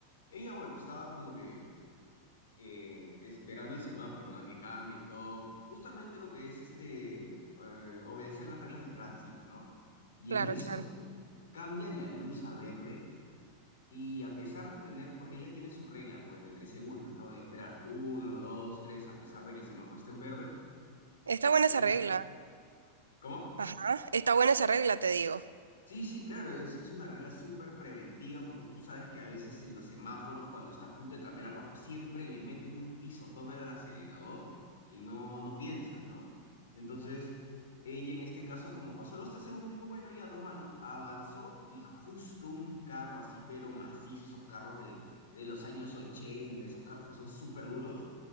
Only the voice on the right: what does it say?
Claro,
claro.
Está buena
esa regla.
Ajá. Está buena esa regla, te digo.